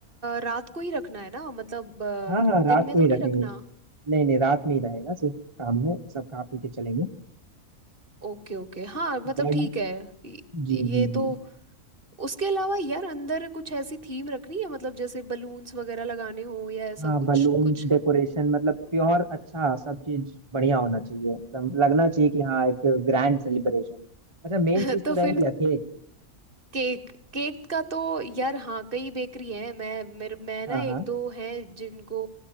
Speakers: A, on the right (about 40°); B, on the right (about 25°).
A: रात को ही रखना है ना मतलब अ,
B: हाँ हाँ रात
A: दिन में
B: को
A: तो
B: ही
A: नहीं
B: रखेंगे
A: रखना
B: नहीं नहीं रात में ही रहेगा सिर्फ शाम में सब खा पी के चलेंगे
A: ओके ओके हाँ मतलब
B: बट
A: ठीक है ये
B: जी
A: ये
B: जी जी
A: तो उसके अलावा यार अंदर कुछ ऐसी थीम रखनी है मतलब जैसे बलून्स वगैरह लगाने हो या ऐसा
B: हाँ
A: कुछ
B: बलून्स
A: कुछ
B: डेकोरेशन मतलब प्योर अच्छा सब चीज बढ़िया होना चाहिए एकदम लगना चाहिए कि हाँ एक ग्रैंड सेलिब्रेशन है अच्छा मेन
A: <laughs>
B: चीज
A: तो
B: तो रहेगी
A: फिर
B: केक
A: केक केक का तो यार हाँ कई बेकरी हैं मैं मेरे मैं
B: हाँ
A: ना एक
B: हाँ
A: दो हैं जिनको